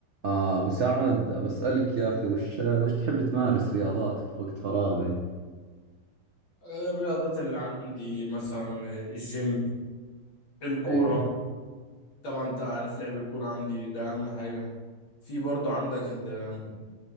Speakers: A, on the right (about 75°); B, on the left (about 65°).
A: آه أبو سعد بسألك يا أخي وش وش تحب تمارس رياضات في وقت فراغك؟
B: الرياضات اللي عندي مثلا الجيم الكورة
A: إيه.
B: طبعا انت عارف لعب الكورة عندي ده اهم حاجة في برضه عندك ال-